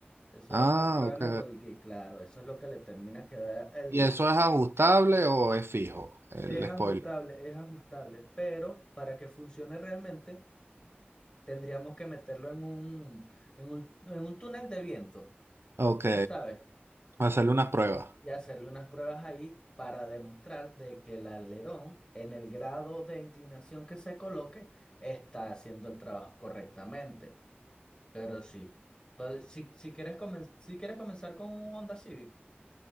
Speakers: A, on the left; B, on the right.
A: Eso
B: Ah,
A: es incorporado
B: ok.
A: en el body kit, claro, eso es lo que le termina que dar el...
B: ¿Y eso es ajustable o es fijo, el
A: Es ajustable,
B: spoiler?
A: es ajustable, pero para que funcione realmente tendríamos que meterlo en un, en un, en un túnel de viento,
B: Ok,
A: ¿sí sabes?
B: hacerle unas pruebas.
A: Y hacerle unas pruebas ahí para demostrar de que el alerón en el grado de inclinación que se coloque está haciendo el trabajo correctamente. Pero sí. Pues, si, si quieres comen- si quieres comenzar con un Honda Civic.